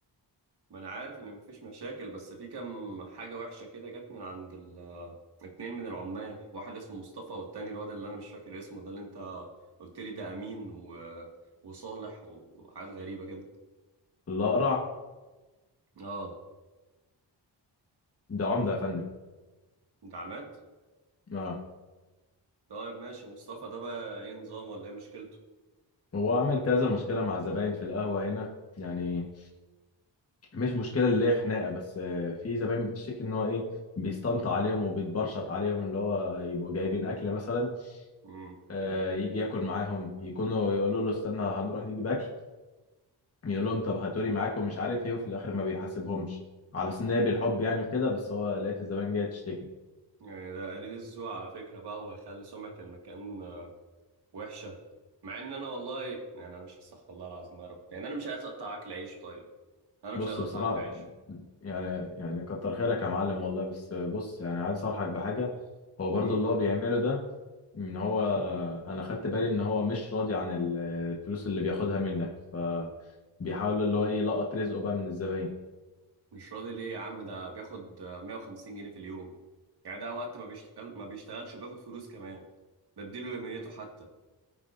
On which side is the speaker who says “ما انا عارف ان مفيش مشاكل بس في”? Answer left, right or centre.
Right